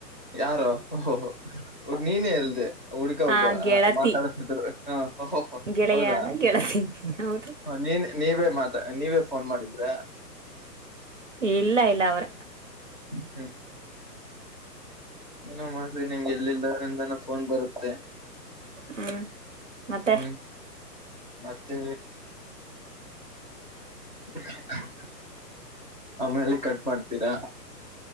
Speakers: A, on the left; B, on the right.
A: ಯಾರು ಹ ನೀನೇ ಎಲ್ದೆ ಹುಡ್ಕಾ ಒಬ್ಬ
B: ಆ ಗೆಳತಿ
A: ಮಾತಾಡತಿದ್ರು ಹ
B: ಗೆಳೆಯ
A: ಹೌದಾ
B: ಅಲ್ಲ ಗೆಳತಿ ಹೌದು
A: ನೀನ್ ನೀವೇ ಮಾತ ನೀವೇ ಫೋನ್ ಮಾಡಿದ್ರ
B: ಇಲ್ಲ ಇಲ್ಲ ಅವ್ರ
A: ಹ್ಮ್ ಏನೋ ಮಾಡ್ರಿ ನಿಮ್ಗೆ ಎಲ್ಲಿಲ್ಲ್ರಂದಾನ ಫೋನ್ ಬರುತ್ತೆ.
B: ಹ್ಮ್ ಮತ್ತೆ
A: ಹ್ಮ್ ಮತ್ತೆ <unintelligible> ಆಮೇಲೆ ಕಟ್ ಮಾಡ್ತೀರಾ